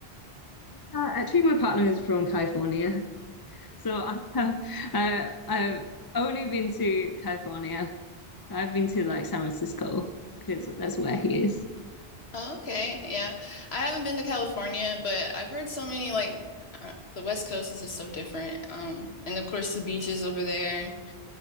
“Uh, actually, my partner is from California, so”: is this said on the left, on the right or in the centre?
Left